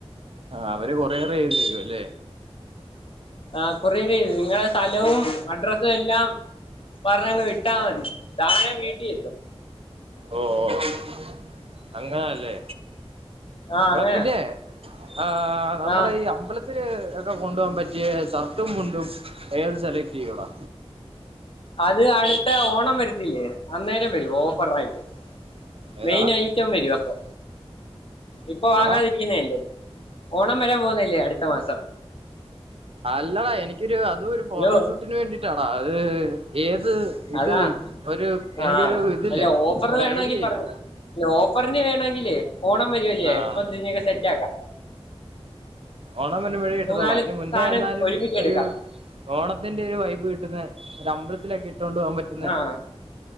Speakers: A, on the right (about 60°); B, on the left (about 55°).
A: ആഹ് അവര് കൊറിയറ് ചെയ്തു തരും അല്ലേ
B: ആഹ് കൊറിയറ് ചെയ്യും നിങ്ങളുടെ സ്ഥലവും അഡ്രസ് എല്ലാം പറഞ്ഞങ്ങ് വിട്ടാ മതി സാനം വീട്ടിലെത്തും
A: ഓഹ് ഓഹ് അങ്ങനാല്ലേ
B: ആഹ്
A: എടാ
B: അങ്ങനെ
A: പിന്നെ ആഹ് നമ്മുടെ
B: ആഹ്
A: ഈ അമ്പലത്തി ത്തിര് ഒക്കെ കൊണ്ടു പോവാൻ പറ്റിയ ഷർട്ടും മുണ്ടും ഏത് സെലക്ട് ചെയ്യൂവടാ
B: അത് അടുത്ത ഓണം വരുത്തില്ലേ അന്നേരം വരും ഓഫറയിട്ട്
A: ഏതാടാ
B: മെയിനയി റ്റം വരും അപ്പൊ ഇപ്പൊ
A: എന്നാടാ
B: വാങ്ങാതിരിക്കുന്നതാ നല്ലത് ഓണം വരാൻ പോകുന്നല്ലേ അടുത്ത മാസം
A: അല്ലടാ എനിക്കൊരു അതും ഒരു ഫോട്ടോഷൂട്ട്
B: ഹലോ
A: ട്ടിന് വേണ്ടിട്ടാടാ അത് ഏത് ഇത്
B: അതാ
A: ഒരു എനിക്കൊരു
B: ആഹ്
A: ഇതില്ല
B: അല്ല ഓഫർ
A: ഒരു
B: വേണമെങ്കി
A: ഐഡിയ
B: പറഞ്ഞോ
A: ഇല്ല
B: ഓഫറിന് വേണ ങ്കിലേ ഓണം വരൂവല്ലേ
A: ആഹ്
B: അ പ്പൊ സെറ്റ് ആകാം
A: ഓണം വരുമ്പോഴേ കിട്ടത്തുള്ളൂ
B: മൂന്നാല്
A: അതിന് മുന്നേ
B: സാധനം
A: ചെന്നാലും
B: ഒരുമിച്ച്
A: ഒരു
B: എടുക്കാം
A: ഓണത്തിന്റെ ഒരു വൈബ് കിട്ടുന്ന ഒരു അമ്പലത്തിലൊക്കെ ഇട്ടോണ്ട് പോകാൻ പറ്റുന്ന
B: ആഹ്